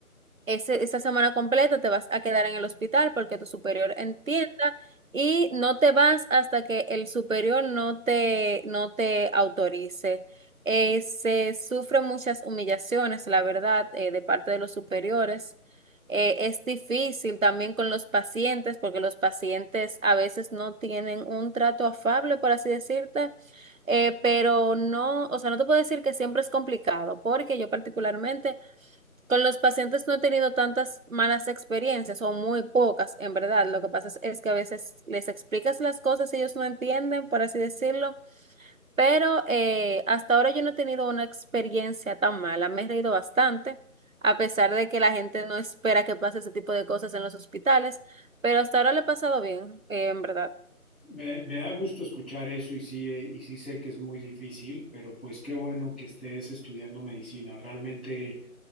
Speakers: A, on the right (about 65°); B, in the centre.
A: ese- esa semana completa te vas a quedar en el hospital porque tu superior entienda y no te vas hasta que el superior no te, no te autorice. Eh, se sufren muchas humillaciones, la verdad, eh, de parte de los superiores. Eh, es difícil también con los pacientes porque los pacientes a veces no tienen un trato afable, por así decirte. Eh, pero no, o sea, no te puedo decir que siempre es complicado, porque yo particularmente con los pacientes no he tenido tantas malas experiencias o muy pocas, en verdad. Lo que pasa es, es que a veces les explicas las cosas y ellos no entienden, por así decirlo, pero eh, hasta ahora yo no he tenido una experiencia tan mala. Me he reído bastante, a pesar de que la gente no espera que pase ese tipo de cosas en los hospitales, pero hasta ahora le he pasado bien, eh, en verdad.
B: Me, me da gusto escuchar eso y sí, eh, y sí sé que es muy difícil, pero pues qué bueno que estés estudiando medicina. Realmente